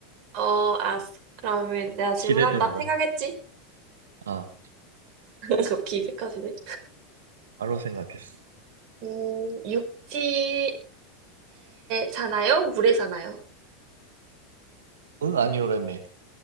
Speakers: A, on the right; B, on the right.
A: 어, 알았어. 그러면 내가 질문한다.
B: 기대된다.
A: 생각했지?
B: 아,
A: <laughs> 그렇게 기색까지네.
B: 바로 생각했어.
A: 음, 육지에 사나요? 물에 사나요?
B: 응, 아니오라며.